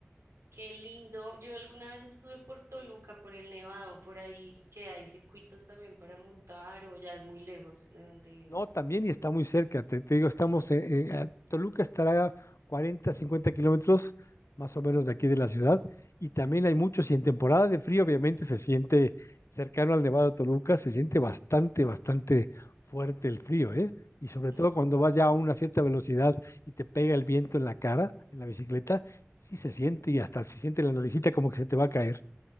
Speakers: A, on the right (about 80°); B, on the left (about 80°).
A: Qué lindo. Yo alguna vez estuve por Toluca, por el Nevado, por ahí que hay circuitos también para montar o ya es muy lejos de donde vives.
B: No, también y está muy cerca. Te, te digo, estamos, eh, eh, a Toluca estará a 40, 50 kilómetros más o menos de aquí de la ciudad. Y también hay muchos, y en temporada de frío obviamente se siente cercano al Nevado de Toluca, se siente bastante, bastante fuerte el frío, ¿eh? Y sobre
A: <laughs>
B: todo cuando vas ya a una cierta velocidad y te pega el viento en la cara, en la bicicleta, sí se siente y hasta se siente la naricita como que se te va a caer.